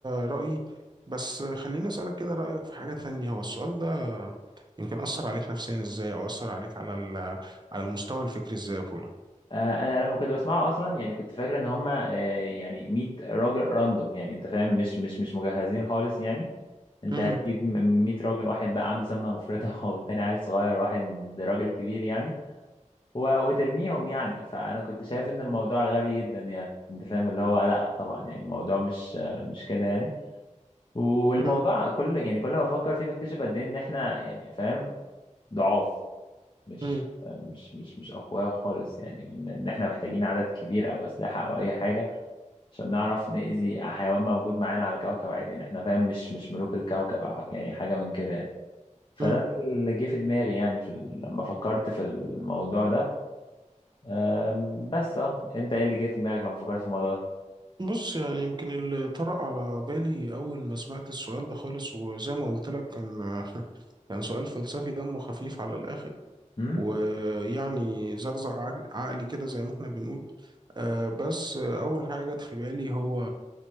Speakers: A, on the right (about 35°); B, on the left (about 40°).
A: رأيي بس خليني أسألك كده رأيك في حاجة تانية هو السؤال ده يمكن أثر عليك نفسيا ازاي او أثر عليك على ال- على المستوى الفكري ازاي يا بولا
B: آه انا لما كنت بسمعه اصلا يعني كنت فاكر ان هما آه يعني 100 راجل راندوم يعني انت فاهم مش مش مش مجهزين خالص يعني انت
A: مهم.
B: هتجيب 100 راجل واحد بقى عنده سمنة مفرطة <laughs> والتاني عيل صغير واحد راجل كبير يعني و- وترميهم يعني فانا كنت شايف ان الموضوع غبي جدا يعني انت فاهم اللي هو لا طبعا يعني الموضوع مش مش كده يعني والموضوع
A: مهم.
B: كل يعني كل ما بفكر فيه بكتشف قد ايه ان احنا يعني فاهم ضعاف مش
A: مهم.
B: مش مش مش اقوياء خالص يعني وان إن احنا محتاجين عدد كبير او اسلحه او اي حاجه عشان نعرف نأذي حيوان موجود معانا على الكوكب عادي يعني احنا فاهم مش مش ملوك الكوكب او ح- يعني حاجه من كده يعني فده
A: مهم.
B: اللي جه في دماغي يعني في ال- لما فكرت في الموضوع ده أم، بس اه انت ايه اللي جاي في دماغك لما فكرت في الموضوع ده
A: بص يعني يمكن اللي طرأ على بالي أول ما سمعت السؤال ده خالص وزي ما قلت لك كان كان سؤال فلسفي دمه خفيف على الآخر
B: امم
A: ويعني زغزغ عج- عقلي كده زي ما احنا بنقول آه، بس آه، أول حاجة جت في بالي هو